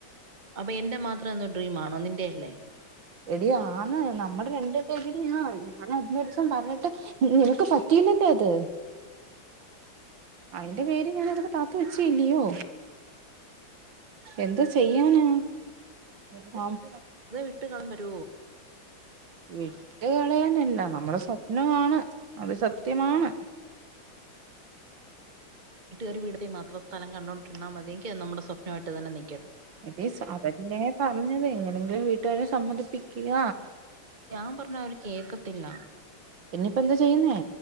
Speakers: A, on the right; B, on the right.
A: അപ്പൊ എന്റെ മാത്രം എന്തോ ഡ്രീമാണോ നിന്റെയല്ലേ
B: എടി ആണ് നമ്മുടെ രണ്ട് പേര്ടെയാ ഞാനന്നൊരു ദിവസം പറഞ്ഞിട്ട് നിനക്ക് പറ്റീല്ലല്ലോ അത് അയിന്റെ പേര് ഞാൻ ഇതൊക്കെ പാത്ത് വെച്ചീല്ലിയോ എന്തോ ചെയ്യാനാ <unintelligible>
A: തെ വിട്ട് കളൻ വരോ
B: വിട്ടുകളയാനല്ല നമ്മുടെ സ്വപ്നമാണ് അത്. സത്യമാണ്
A: വീട്ടുകാർ <unintelligible> മാത്രം സ്ഥലം കണ്ടോണ്ടിരുന്നാൽ മതിയെങ്കിൽ അത് നമ്മുടെ. നാട്ടിൽ തന്നെ നി
B: എഗൈൻസ് അതല്ലേ പറഞ്ഞത് <unintelligible> വീട്. വീട്ടുകാരെ സമ്മതി ക്കുക
A: ഞാൻ പറഞ്ഞ അവര്
B: <inaudible>
A: കേക്കത്തില്ല
B: പിന്നെ ഇപ്പൊ എന്താ ചെയ്യുന്നേ.